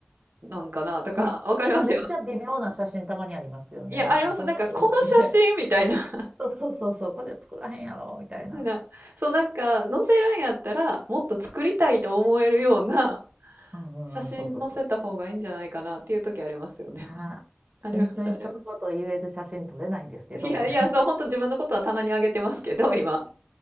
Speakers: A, on the right; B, on the right.
A: なんかなとか、
B: うんでもめっちゃ微妙な写真たまにありますよね。
A: <laughs> わかりますよ。いや、
B: なんかそんなおい、
A: あります。なんか、この写真みたいな。
B: <laughs> そうそうそうそう、これ作らへんやろ、みたいな。
A: <laughs> なそう、なんか、載せるんやったら、もっと作りたいと思えるような
B: うんうんうん、
A: 写真載せた方がいいんじゃないかなっていう時ありますよね。
B: そうそうそう。あー全然人のこと言える写真撮れないんですけど。
A: <laughs> あります、あります。いや、いや、そう、本当自分のことは棚にあげてますけど、今。